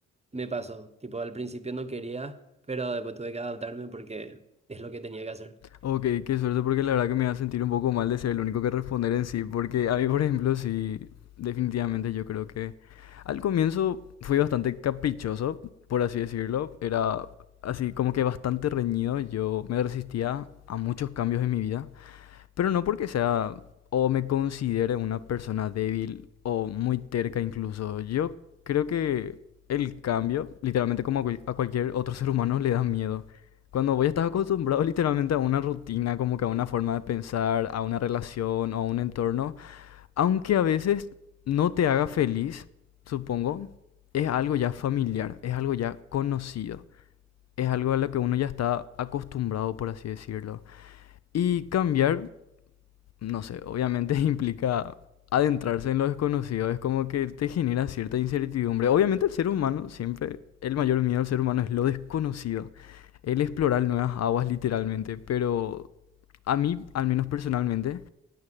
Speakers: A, on the right; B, on the left.
A: me pasó, tipo al principio no quería, pero después tuve que adaptarme porque es lo que tenía que hacer.
B: Ok, qué suerte porque la verdad que me va a sentir un poco mal de ser el único que responder en sí, porque a mí, por ejemplo, sí, definitivamente yo creo que al comienzo fui bastante caprichoso, por así decirlo, era así como que bastante reñido, yo me resistía a muchos cambios en mi vida, Pero no porque sea o me considere una persona débil o muy terca incluso. Yo creo que el cambio, literalmente como a cual- a cualquier otro ser humano, le da miedo. Cuando voy a estar acostumbrado literalmente a una rutina, como que a una forma de pensar, a una relación o a un entorno, aunque a veces no te haga feliz, supongo, es algo ya familiar, es algo ya conocido, es algo a lo que uno ya está acostumbrado, por así decirlo. Y cambiar no sé, obviamente <laughs> implica adentrarse en lo desconocido, es como que te genera cierta incertidumbre. Obviamente el ser humano, siempre, el mayor miedo del ser humano es lo desconocido, el explorar nuevas aguas literalmente, pero a mí, al menos personalmente,